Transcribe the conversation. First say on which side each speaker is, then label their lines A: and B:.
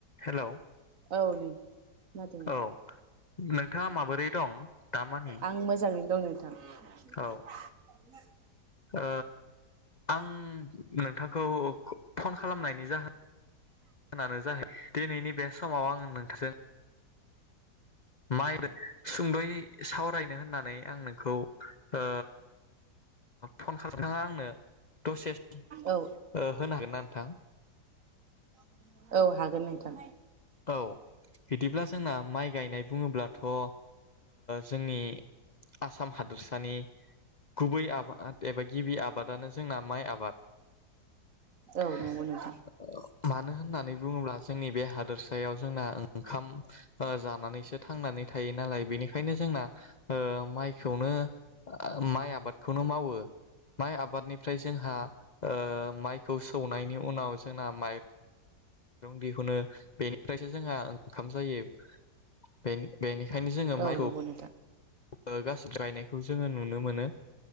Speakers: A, on the left; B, on the right.
A: Hello
B: औ नै खोनादों नोंथां
A: औ नोंथाङा माबोरै दं दामानि
B: आं मोजाङै दं नों थां <inaudible>
A: औ ओ आं नोंथांखौ <unintelligible> फन खालामनायनि जाह <inaudible> जाहै दिनैनि बे समाव आंङो नोंथाजों <inaudible> सुंद'यै सावरायनो होननानै आं नोंखौ ओ फन <inaudible> आंनो दसे <inaudible>
B: औ
A: ओ होनो हागोन ना नोंथां
B: <inaudible> औ हागोन नोंथां <inaudible>
A: औ बिदिब्ला जोंना माइ गायनाय बुङोब्लाथ' ओ जोंनि आसाम हादोरसानि गुबै आबाद एबा गिबि आबादानो जोंना माइ आ बाद
B: औ
A: <unintelligible>
B: नंगौ नोंथां
A: मानो होननानै बुङोब्ला जोंनि बे हा बेयाव जोंना ओंखाम ओ जानानै सो थांनानै थायो नालाय बेनिखायनो जोंना ओ माइखौनो <inaudible> ओ माइ आबादखौनो मावो माइ आबादनिफ्राय जोंहा ओ माइखौ सौनायनि उनाव जोंना माइ रं दिहुनो बेनिफ्रायसो जोंहा ओंखाम जायो बेनि बेनिखायनो जोङो
B: औ
A: माइखौ
B: नंगौ नोंथां
A: ओ गासिबो गायनायखौ जोङो नुनो मोनो